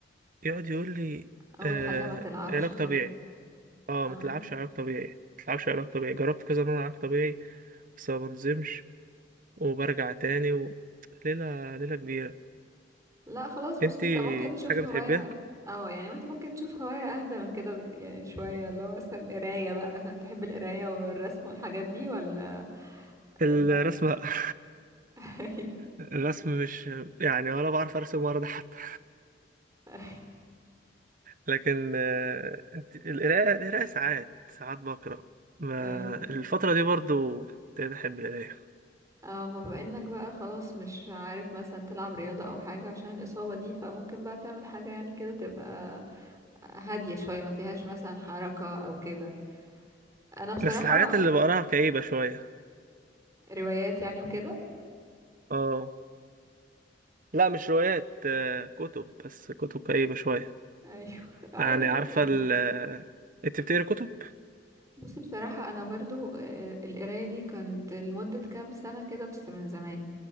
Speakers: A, on the right (about 50°); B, on the right (about 20°).
A: يقعد يقول لي
B: أول
A: آه
B: حاجة ما تلعبش
A: علاج
B: خلاص
A: طبيعي اه
B: اه
A: ما تلعبش علاج طبيعي ما تلعبش علاج طبيعي جربت كذا مرة علاج طبيعي بس ما بنزمش وبرجع تاني و... ليلة ليلة كبيرة
B: لا خلاص بص
A: انتي
B: انت ممكن تشوف
A: حاجة
B: هواية
A: بتحبيها
B: اه يعني انت ممكن تشوف هواية اهدى من كده ب- يعني شوية اللي هو مثلا قراية بقى مثلا تحب القراية والرسم والحاجات دي ولا
A: الرسمة
B: لا
A: <laughs>
B: <laughs>
A: الرسم مش يعني ولا بعرف ارسم ولا ده حتى
B: ايوه
A: لكن آه، انت- القراءة القراءة ساعات ساعات بقرأ ما
B: ايوه
A: الفترة دي برضو ابتديت أحب القراية
B: اه ما بما انك بقى خلاص مش عارف مثلا تلعب رياضة او حاجة عشان الإصابة دي فممكن بقى تعمل حاجة يعني كده تبقى هادية شوية ما فيهاش مثلا حركة او كده انا بصراحة
A: بس الحاجات اللي بقراها كئيبة شوية
B: روايات يعني وكده
A: اه لا مش روايات آه، كتب بس كتب كئيبة شوية
B: ايوه <laughs> عادي
A: يعني عارفة
B: ممكن
A: ال آه، انت بتقري كتب
B: بصي بصراحة أنا برضو آه، القراية دي كنت لمدة كام سنة كده بس من زمان